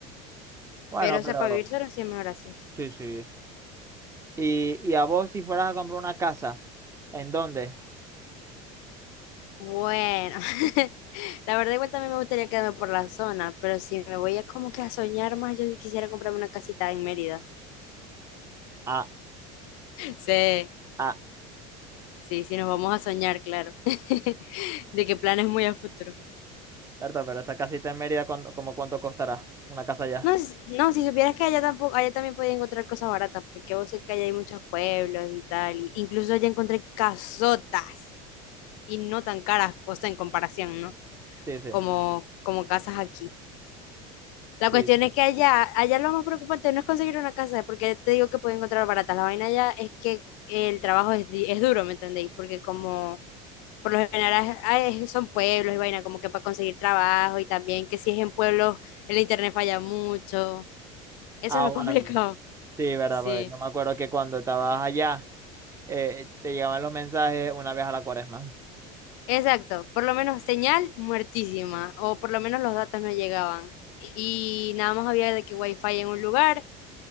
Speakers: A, on the right; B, on the left.
A: Bueno,
B: pero, o
A: pero
B: sea, para vivir solo sí es mejor así.
A: sí, sí. Y, y a vos si fueras a comprar una casa, ¿en dónde?
B: Bueno, <laughs> la verdad igual también me gustaría quedarme por la zona, pero si me voy a como que a soñar más, yo sí quisiera comprarme una casita en Mérida.
A: Ah,
B: Sí,
A: ah,
B: sí, sí, nos vamos a soñar, claro, <laughs> de que planes muy a futuro.
A: verdad, pero esa casita en Mérida, ¿cuánto- como cuánto costará? Una casa allá.
B: No, si- no, si supieras que allá tampoco, allá también podía encontrar cosas baratas, porque vos sé que allá hay muchos pueblos y tal, y incluso allá encontré casotas y no tan caras, o sea, en comparación, ¿no?
A: Sí, sí,
B: Como, como casas aquí. La
A: sí,
B: cuestión
A: sí.
B: es que allá, allá lo más preocupante no es conseguir una casa, porque te digo que puedo encontrar baratas. La vaina allá es que el trabajo es, di- es duro, ¿me entendéis? Porque como por lo general ah, es- son pueblos y vaina, como que para conseguir trabajo y también que si es en pueblos el internet falla mucho. Eso
A: Ah,
B: es lo
A: bueno.
B: <laughs> complicado.
A: Sí, verdad,
B: Sí,
A: pues yo me acuerdo que cuando estabas allá, eh, te llegaban los mensajes una vez a la cuaresma.
B: exacto. Por lo menos señal muertísima, o por lo menos los datos no llegaban. Y nada más había de que wifi en un lugar